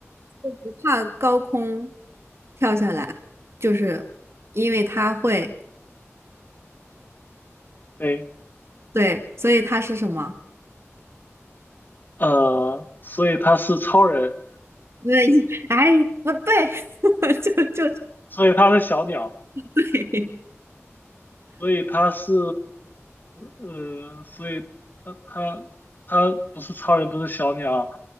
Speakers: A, on the right; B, on the left.
A: 不怕高空跳下来，就是因为它会，
B: 对，
A: 对，所以它是什么？
B: 呃，所以它是超人，
A: 那哎，不对，<laughs> 就就
B: 所以它是小鸟。
A: 对，是
B: 所以他是呃，所以他他他不是超人，不是小鸟，